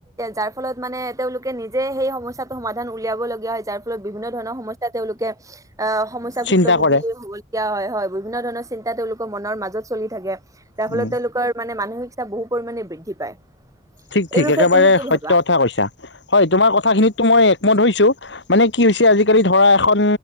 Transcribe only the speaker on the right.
যাৰ ফলত মানে তেওঁলোকে নিজে সেই সমস্যাটো সমাধান উলিয়াব লগীয়া হয় যাৰ বিভিন্ন ধৰণৰ সমস্যা তেওঁলোকে আ সমস্যা ভুক্তভোগী
হ হয় বিভিন্ন ধৰণৰ চিন্তা তেওঁলোকৰ মনৰ মাজত চলি থাকে যাৰ ফলত
তেওঁলোক মানে মানসিক চাপ বহু পৰিমাণে বৃদ্ধি পায়।
এই বিষয়ে
তুমি কি
ভাবা